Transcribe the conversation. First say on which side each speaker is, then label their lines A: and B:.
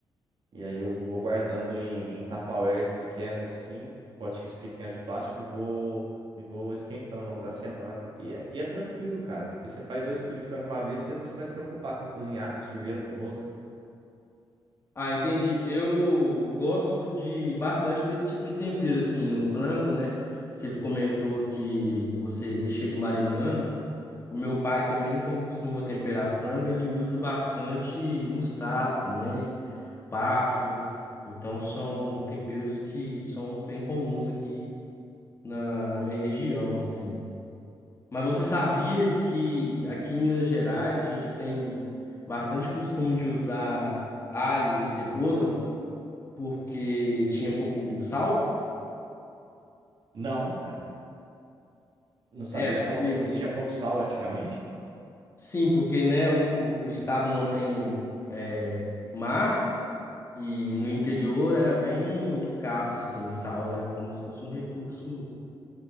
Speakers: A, on the right (about 65°); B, on the left (about 30°).
A: E aí eu vou guardando em, em tupperwares pequenos assim, potinhos pequenos de plástico e vou, e vou esquentando ao longo da semana. E é, e é tranquilo, cara, porque você faz dois quilos de frango uma vez, você não precisa mais se preocupar com cozinhar, com sujeira, com louça.
B: Ah, entendi. Eu gosto de bastante desse tipo de tempero, assim, no frango, né? Você comentou que você deixa ele marinando. O meu pai também, quando costuma temperar frango, ele usa bastante mostarda também, páprica. Então são temperos que são bem comuns aqui na, na minha região, assim. Mas você sabia que aqui em Minas Gerais a gente tem bastante costume de usar alho e cebola porque tinha pouco sal?
A: Não, cara, não sabia
B: É, porque
A: não. Vocês tinham pouco sal antigamente,
B: sim, porque né, o, o, o estado não tem é, mar. E no interior era bem escasso, assim, sal era como se fosse um recurso